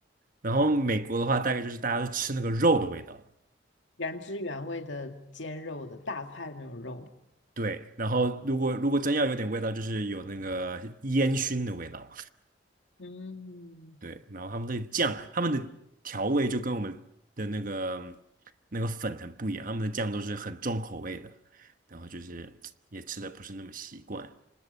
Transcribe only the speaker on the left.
原汁原味的煎肉的大块的那种肉。
嗯，